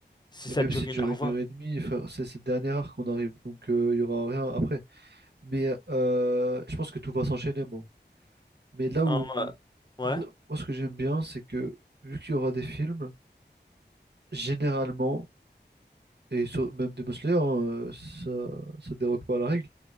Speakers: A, on the left; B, on the right.
A: Si
B: Et
A: ça
B: même
A: dure
B: s'il
A: une
B: dure
A: h
B: une
A: 20
B: heure et demie, enfin, c'est c'est le dernier arc qu'on arrive, donc euh, il y aura rien après. Mais euh, je pense que tout va s'enchaîner, moi. Mais là
A: Hein,
B: où, où-
A: ouais, Ouais,
B: moi ce que j'aime bien, c'est que vu qu'il y aura des films, généralement, et sur- même des Slayer, hein, euh, ça ça dérogue pas à la règle.